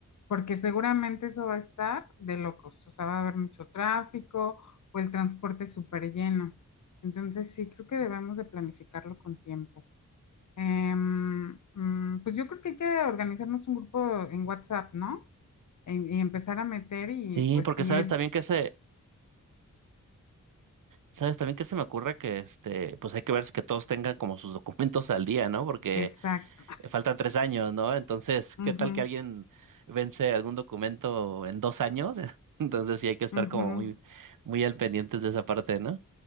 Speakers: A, on the left (about 55°); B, on the right (about 65°).
A: porque seguramente eso va a estar de locos, o sea, va a haber mucho tráfico o el transporte súper lleno. Entonces sí, creo que debemos de planificarlo con tiempo. Em, mm, pues yo creo que hay que organizarnos un grupo en WhatsApp, ¿no? Y, y empezar a meter y
B: Sí,
A: pues
B: porque
A: ir,
B: sabes también que se, sabes también que se me ocurre que este, pues hay que ver que todos tengan como sus documentos al día, ¿no? Porque
A: exacto.
B: eh, faltan tres años, ¿no? Entonces, ¿qué
A: Ujú,
B: tal que alguien vence algún documento en dos años? <laughs> Entonces sí hay que estar
A: ujú.
B: como muy, muy al pendientes de esa parte, ¿no?